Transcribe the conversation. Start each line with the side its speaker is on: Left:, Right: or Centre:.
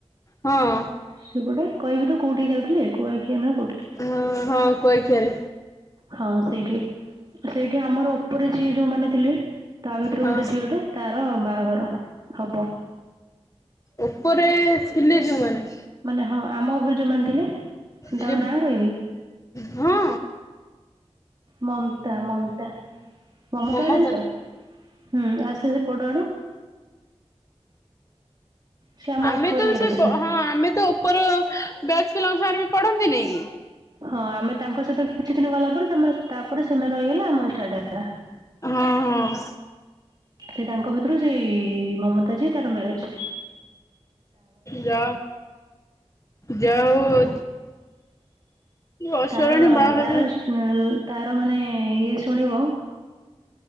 Left: ହଁ।
Right: ସେପଟେ କହିବି ତ କୋଉଠିକି ଯାଉଥିଲେ। କୁଆଖିଆ ନା କୋଉଠି।
Left: ହଁ ହଁ କୁଆଖିଆରେ
Right: ହଁ ସେଇଠି ସେଇଠି ଆମର ଉପରେ ଝିଏ ଯୋଉମାନେ ଥିଲେ ତା ଭିତରୁ
Left: ହଁ।
Right: ଗୋଟେ ଝିଅଟେ ତାର ବାହାଘର ହବ।
Left: ଉପରେ ଥିଲେେ ଯୋଉମାନେ।
Right: ମାନେ ହଁ ଆମ ଉପରେ ଯୋଉମାନେ ଥିଲେ।
Left: ଏଇ
Right: ତାଙ୍କ
Left: ଯେ
Right: ନାଁ କହିବି
Left: ହଁ
Right: ମମତା ମମତା ମମତାକୁ
Left: ମମତା
Right: ଜାଣିଛ? ହୁଁ ଆସେ ସେପଟ ଆଡୁ। ସେ ଆମ
Left: ଆମେ
Right: ଉପର
Left: ତ
Right: ଇଏର
Left: ସେ
Right: ଥିଲା।
Left: ବ-ହଁ ଆମେ ତ ଉପର ବ୍ୟାଚ୍ ପିଲାଙ୍କ ସାଙ୍ଗରେ ବି ପଢନ୍ତିନି କି?
Right: ହଁ ଆମେ ତାଙ୍କ ସହିତ କିଛି ଦିନ ଗଲା ପରେ ତୋମର ତାପରେ ସେମା ର ରହିଗଲେ ଆମର ଷ୍ଟାର୍ଟ ହେଲା।
Left: ହଁ ହଁ
Right: ସେ ତାଙ୍କ ଭିତରୁ ସେଇ ଇ ମମତା ଯିଏ ତାର ମ୍ୟାରେଜ୍।
Left: ଯା ଯା ହଉ ଅସରାଣୀ
Right: ତାର
Left: ବାହା
Right: ତାର
Left: ହେବେ
Right: ଉଁ, ତାର ମାନେ ଇଏ ଶୁଣିବ